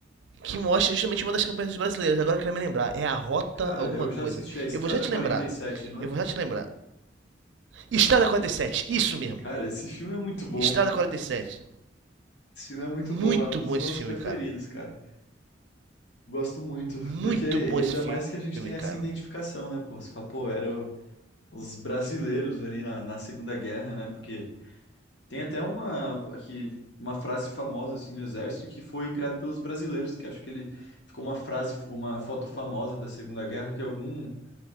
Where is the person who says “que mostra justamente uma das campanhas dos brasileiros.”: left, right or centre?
Right